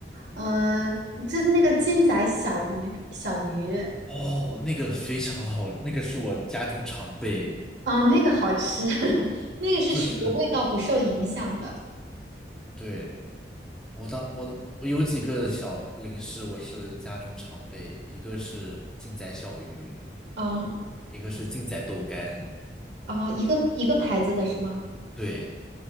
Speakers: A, on the right; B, in the centre.
A: 嗯，就那个劲仔小鱼小鱼，
B: 哦，那个非常好，那个是我家中常备，
A: 啊，那个好吃，<laughs> 那个是属于味道不受影响的，
B: 就是对我当我我有几个小零食，我是家中常备，一个是劲仔小鱼，
A: 啊
B: 一个是劲仔豆干，
A: 啊，一个一个牌子的是吗？
B: 对，